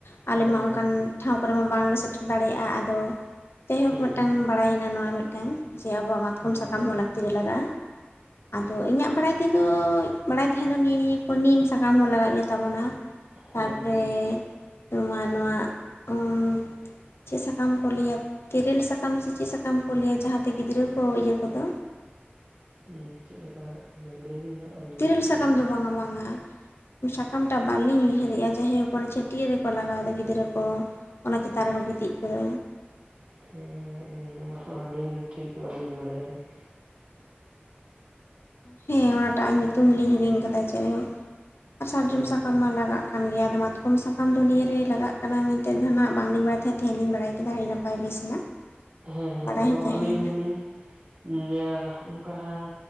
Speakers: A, on the left; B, on the right.
A: ᱟᱞᱮ
B: ᱦᱮᱸ
A: ᱢᱟ
B: ᱦᱮᱸ
A: ᱚᱱᱠᱟᱱ ᱴᱷᱟᱶ ᱠᱚᱨᱮ ᱢᱟ ᱵᱟᱝᱞᱮ ᱥᱮᱴᱮᱨ ᱫᱟᱲᱮᱭᱟᱜᱼᱟ, ᱟᱫᱚ ᱡᱟᱭᱦᱳᱠ
B: ᱦᱮᱸ
A: ᱢᱤᱫᱴᱟᱝ
B: ᱦᱮᱸ
A: ᱵᱟᱲᱟᱭᱮᱱᱟ ᱱᱚᱣᱟ ᱢᱤᱫᱴᱟᱝ ᱡᱮ ᱟᱵᱚᱣᱟᱜ ᱢᱟᱛᱠᱚᱢ
B: ᱦᱮᱸ
A: ᱥᱟᱠᱟᱢ ᱦᱚᱸ ᱞᱟᱹᱠᱛᱤ ᱨᱮ ᱞᱟᱜᱟᱜᱼᱟ, ᱟᱫᱚ ᱤᱧᱟᱹᱜ ᱵᱟᱲᱟᱭ ᱛᱮᱫᱚ ᱵᱟᱲᱟᱭ ᱛᱟᱦᱮᱸ ᱫᱚ ᱱᱤᱭᱟᱹ ᱱᱤᱭᱟᱹ ᱠᱚ ᱱᱤᱢ ᱥᱟᱠᱟᱢ ᱦᱚᱸ ᱞᱟᱜᱟᱜ ᱜᱮᱛᱟᱵᱚᱱᱟ, ᱛᱟᱨᱯᱚᱨᱮ
B: ᱦᱮᱸ ᱦᱮᱸ
A: ᱱᱚᱣᱟ ᱱᱚᱣᱟ ᱩᱢ ᱪᱮᱫ ᱥᱟᱠᱟᱢ ᱠᱚ ᱞᱟᱹᱭᱟ, ᱛᱮᱨᱮᱞ ᱥᱟᱠᱟᱢ ᱥᱮ ᱪᱮᱫ ᱥᱟᱠᱟᱢ ᱠᱚ ᱞᱟᱹᱭᱟ ᱡᱟᱦᱟᱸᱛᱮ ᱜᱤᱫᱽᱨᱟᱹ ᱠᱚ ᱤᱭᱟᱹ ᱠᱚᱫᱚ?
B: ᱩᱸ ᱪᱮᱫ ᱞᱮᱠᱟ ᱦᱟᱸᱜ ᱞᱟᱹᱭ ᱵᱤᱱ ᱦᱟᱸᱜ᱾ ᱟᱹᱞᱤᱧ
A: ᱛᱤᱨᱤᱞ
B: ᱡᱩᱫᱤ
A: ᱥᱟᱠᱟᱢ ᱫᱚ ᱵᱟᱝᱟ ᱵᱟᱝᱟ᱾ ᱥᱟᱠᱟᱢᱴᱟᱜ ᱵᱟᱹᱞᱤᱧ ᱩᱭᱦᱟᱹᱨᱮᱜᱼᱟ ᱡᱟᱭᱦᱳᱠ ᱚᱱᱮ ᱪᱷᱟᱹᱴᱭᱟᱹᱨ ᱨᱮᱠᱚ ᱞᱟᱜᱟᱣᱫᱚ ᱜᱤᱫᱽᱨᱟᱹ ᱠᱚ ᱚᱱᱟ ᱪᱮᱛᱟᱱ ᱨᱮᱠᱚ ᱜᱤᱛᱤᱡ ᱜᱚᱫᱚ᱾
B: ᱦᱮᱸ ᱩᱸ ᱚᱱᱟ ᱦᱚᱸ ᱟᱹᱞᱤᱧ ᱦᱚᱸ ᱴᱷᱤᱠ ᱵᱟᱞᱤᱧ ᱵᱟᱲᱟᱭᱟᱞᱤᱧ᱾
A: ᱦᱮᱸ ᱚᱱᱟᱴᱟᱜ ᱧᱩᱛᱩᱢ ᱞᱤᱧ ᱦᱤᱲᱤᱧ ᱟᱠᱟᱫᱟ ᱡᱟᱭᱦᱳᱠ, ᱥᱟᱨᱡᱚᱢ
B: ᱦᱮᱸ
A: ᱥᱟᱠᱟᱢ ᱢᱟ ᱞᱟᱜᱟᱜ ᱠᱟᱱ ᱜᱮᱭᱟ ᱟᱫᱚ ᱢᱟᱛᱠᱚᱢ ᱥᱟᱠᱟᱢ ᱫᱚ ᱱᱤᱭᱟᱹ ᱨᱮ ᱞᱟᱜᱟᱜ ᱠᱟᱱᱟ ᱢᱮᱱᱛᱮᱫ ᱫᱚ ᱱᱟᱦᱟᱜ ᱵᱟᱝᱞᱤᱧ ᱵᱟᱲᱟᱭ ᱛᱟᱦᱮᱸᱫ, ᱛᱮᱦᱮᱧ ᱞᱤᱧ ᱵᱟᱲᱟᱭ ᱠᱮᱫᱟ ᱟᱹᱰᱤ ᱱᱟᱯᱟᱭ ᱵᱮᱥ᱾ ᱱᱟᱜ
B: ᱦᱮᱸ ᱦᱮᱸ
A: ᱵᱟᱲᱟᱭ
B: ᱟᱫᱚ
A: ᱦᱚᱸ ᱛᱟᱦᱮᱸᱭᱮᱱᱟ
B: ᱟᱹᱞᱤᱧ ᱦᱚᱞᱤᱧ ᱧᱟ ᱚᱱᱠᱟ ᱦᱟᱸᱜ